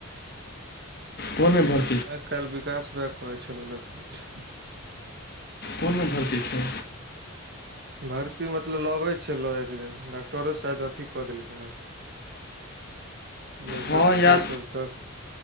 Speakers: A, on the left; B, on the right.
A: कोन भर <unintelligible>
B: आइ काल्हि विकास भैया कहै छलौल कुछ
A: कोनमे भर्ती छै
B: भर्ती मतलब लबै छै लऽ जाइ दिन डॉक्टरो शायद अथी कऽ देलकै ने कि आखिर
A: हँ
B: छै
A: या
B: तब तक